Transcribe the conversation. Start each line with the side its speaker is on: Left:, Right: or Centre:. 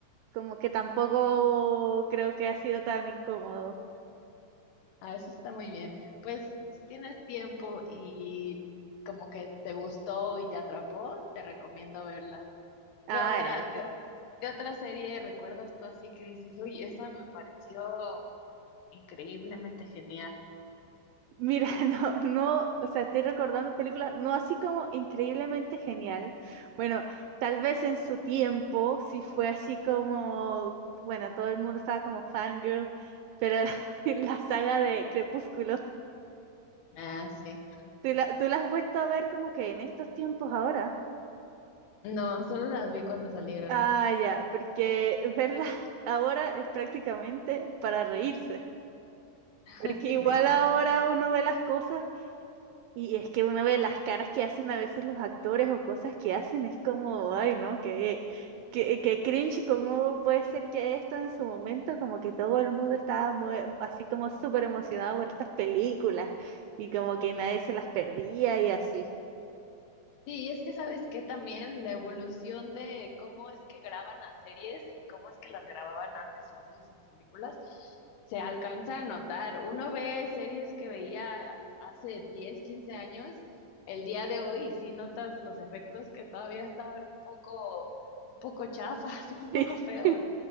Right: como que tampoco creo que ha sido tan incómodo.
Left: Ah, eso está muy bien. Pues si tienes tiempo y como que te gustó y te atrapó, te recomiendo verla.
Right: Ah,
Left: ¿Qué otra,
Right: eh.
Left: qué, qué otra serie recuerdas tú así que dices, uy, esa me pareció increíblemente genial?
Right: Mira, <laughs> no, no, o sea, estoy recordando películas, no así como increíblemente genial. Bueno, tal vez en su tiempo sí fue así como, bueno, todo el mundo estaba como fangirl, pero la, <laughs> la saga de Crepúsculo,
Left: Ah, sí.
Right: ¿tú la, tú la has vuelto a ver como que en estos tiempos ahora?
Left: No, solo las vi cuando salieron.
Right: Ah, ya, porque verla <laughs> ahora es prácticamente para reírse,
Left: <laughs>
Right: porque
Left: Sí,
Right: igual
Left: me imagino.
Right: ahora uno ve las cosas Y es que uno ve las caras que hacen a veces los actores o cosas que hacen, es como, ay, no, que qué, qué cringe, cómo puede ser que esto en su momento, como que todo el mundo estaba mue- así como súper emocionado por estas películas y como que nadie se las perdía y así.
Left: Sí, y es que sabes que también la evolución de cómo es que graban las series y cómo es que las grababan antes, las series y las películas, se alcanza a notar. Uno ve series que veía hace 10, 15 años, el día de hoy, y sí notas los efectos que todavía estaban un poco, un poco chafas, <laughs> un
Right: <laughs>
Left: poco feos,